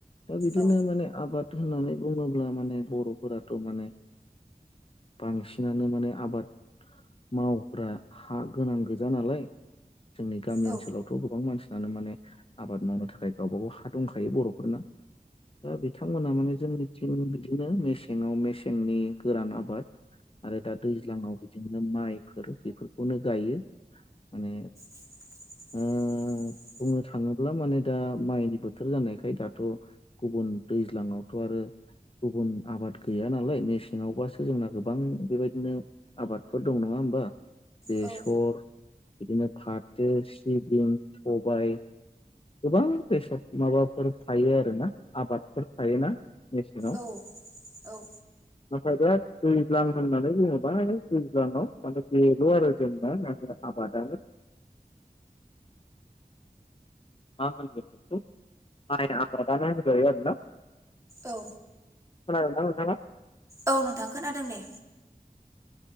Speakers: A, on the left (about 35°); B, on the right (about 20°).
A: दा बिदिनो
B: औ
A: माने आबाद होननानै बुङोब्ला माने बर' फोराथ' माने बांसिनानो माने आबाद मावग्रा हा गोनां गोजा नालाय जोंनि गामि
B: औ
A: ओनसोलावथ' गोबां मानसि आनो माने आबाद मावनो थाखाय गावबागाव हा दंखायो बर'फोरना। दा बिथांमोना माने जोंनिथिं बिदिनो मेसेङाव मेसेंनि गोरान आबाद। आरो दा दैज्लाङाव बिदिनो माइफोर बेफोरखौनो गायो माने
B: <inaudible>
A: ओ बुंनो थाङोब्ला माने दा माइनि बोथोर जानायखाय दाथ' गुबुन दैज्लाङावथ' आरो गुबुन आबाद गैया नालाय मेसेङावबासो जोंना गोबां बेबायदिनो आबादफोर दं नङा होमबा बेसर
B: औ
A: बिदिनो फाथो, सिबिं, सबाय गोबां बेसाद माबाफोर थायो आरोना आबादफोर थायोना। मेसेङाव
B: औ औ।
A: नाथाय दा दैज्लां होननानै जोङोबा दैज्लांआव माने बेल' आरो जोंना <unintelligible> आबादा। मा होनगोन बेखौ माइ आबादानो होनजायो आरोना।
B: औ।
A: खोनादोंना नोंथाङा?
B: औ नोंथां खोनादों दे।